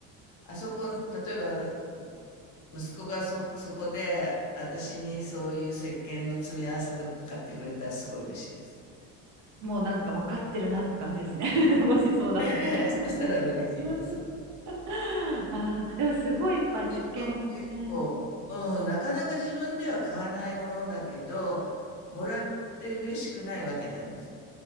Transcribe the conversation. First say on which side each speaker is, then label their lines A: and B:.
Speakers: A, on the left; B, on the right.
A: あそこ、例えば、息子がそ、そこで、私にそういう石鹸の詰め合わせとか買ってくれたらすごい嬉しいです。
B: もうなんか分かってるなって感じですね。<laughs> もしそうだと。
A: <laughs> そしたら嬉しいです。
B: <laughs> ああ、でもすごいいっぱい石鹸ね。
A: ュートも結構、うん、なかなか自分では買わないものだけど、もらって嬉しくないわけないんですよ。